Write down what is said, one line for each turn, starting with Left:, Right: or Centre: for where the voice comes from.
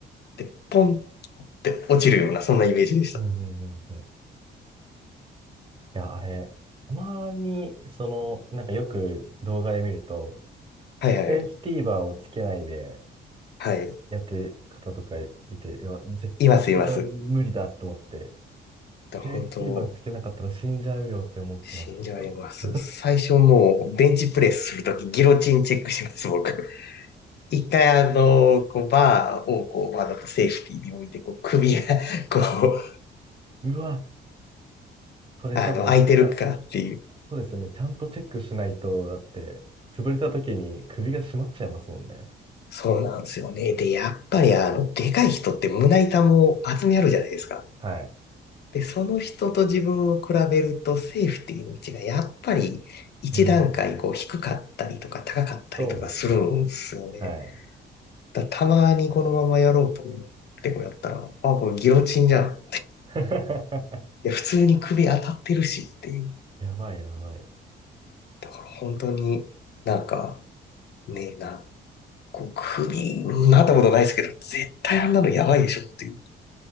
Left: て、ポンって落ちるような、そんなイメージでした。
Right: うんうんうんうん。いや、あれ、たまに、その、なんかよく動画で見ると、
Left: はいはい。
Right: セーフティーバーをつけないで
Left: はい。
Right: やってる方とかいて、いや、絶対自分無理だと思って、
Left: います、います。
Right: セーフティーバーつけなかったら死んじゃうよって思ってます。
Left: だ本当、死んじゃいます。
Right: ちょっと
Left: 最初もう、ベンチプレスするとき、ギロチンチェックします、僕。一回あの、こう、バーをこう、わざとセーフティーに置いて、こう、首がこう、
Right: <laughs> うわ、それ多分、
Left: あの、空いてるかっていう、
Right: ちゃそうですね。ちゃんとチェックしないと、だって、潰れた時に首が締まっちゃいますもんね。
Left: そうなんですよね。で、やっぱりあの、でかい人って胸板も厚みあるじゃないですか。
Right: はい。
Left: で、その人と自分を比べるとセーフティーの位置がやっぱり一段階こう低かったりとか高かったりとかするんですよね。
Right: うーん。そうですね。はい。
Left: だたまにこのままやろうと思ってこうやったら、あ、これギロチンじゃん。
Right: <laughs>
Left: で、普通に首当たってるしっていう。
Right: やばいやばい。い
Left: だから本当になんかね、なんこう首、なったことないですけど、絶対あんなのやばいでしょっていう。